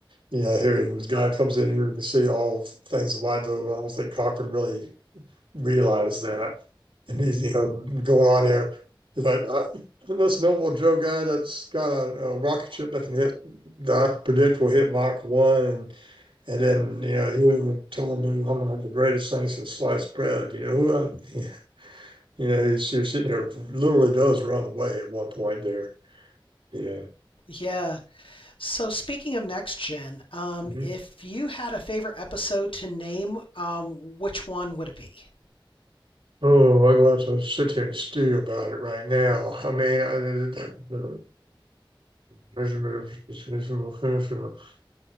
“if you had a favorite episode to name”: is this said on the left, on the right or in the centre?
Left